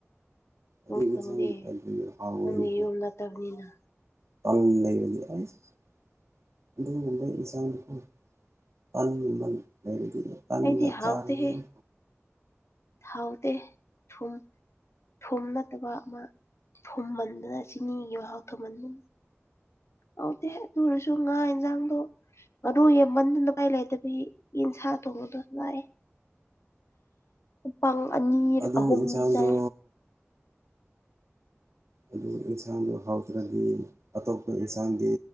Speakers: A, on the right; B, on the left.
A: ꯑꯗꯨ
B: ꯈꯪꯗꯦ
A: ꯏꯟꯁꯥꯡꯒꯤ ꯇꯥꯏꯞꯇ ꯍꯥꯎꯋꯦꯅꯦꯍꯦ
B: ꯅꯪꯒꯤ ꯌꯨꯝ ꯅꯠꯇꯕꯅꯤꯅ
A: <unintelligible> <unintelligible> ꯑꯗꯨꯒꯨꯝꯕ ꯏꯟꯁꯥꯡꯗꯨꯀꯣ <unintelligible> <unintelligible>
B: ꯑꯩꯗꯤ ꯍꯥꯎꯇꯦ
A: ꯆꯥꯔꯗꯤ
B: ꯍꯦ
A: ꯌꯥꯝ
B: ꯍꯥꯎꯇꯦ ꯊꯨꯝ ꯊꯨꯝ ꯅꯠꯇꯕ ꯑꯃ ꯊꯨꯝꯃꯟꯗꯅ ꯆꯤꯅꯤꯒꯤ ꯃꯍꯥꯎ ꯊꯨꯝꯃꯟꯗ ꯍꯥꯎꯇꯦꯍꯦ ꯑꯗꯨ ꯑꯣꯏꯔꯁꯨ ꯉꯥ ꯏꯟꯖꯥꯡꯗꯣ ꯑꯗꯨ ꯌꯦꯟꯃꯟꯗꯅ ꯎꯄꯥꯏ ꯂꯩꯇꯕꯒꯤ ꯌꯦꯟꯁꯥ ꯊꯣꯡꯕꯗꯣ ꯂꯥꯏꯌꯦ ꯃꯄꯪ ꯑꯅꯤ
A: ꯑꯗꯨ
B: ꯑꯍꯨꯝꯅꯤ
A: ꯏꯟꯁꯥꯡꯗꯣ
B: ꯆꯥꯏ
A: ꯑꯗꯨ ꯑꯦꯟꯁꯥꯡꯗꯣ ꯍꯥꯎꯇ꯭ꯔꯗꯤ ꯑꯇꯣꯞꯄ ꯌꯦꯟꯁꯥꯡꯗꯤ